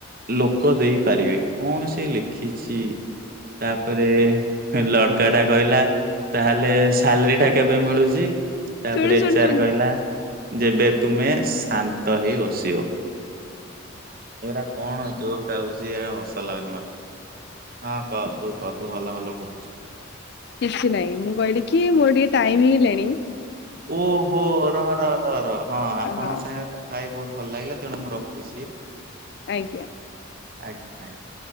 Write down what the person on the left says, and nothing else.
ଶୁଣୁ ଶୁଣୁ
ଶୁଣୁ
କିଛି ନାହିଁ ମୁଁ କହିଲି କି ମୋର ଟିକେ ଟାଇମ ହେଇଲେଣି।
ହଁ
ଆଜ୍ଞା